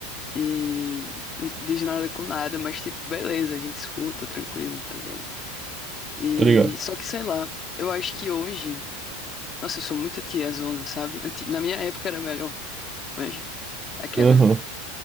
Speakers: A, on the left (about 30°); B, on the right (about 20°).
A: E não diz nada com nada, mas, tipo, beleza, a gente escuta, tranquilo, tá ligado? E
B: tá ligado?
A: só que, sei lá, eu acho que hoje. Nossa, eu sou muito tiazona, sabe? Anti- Na minha época era melhor, mas aquelas,
B: Aham.
A: né?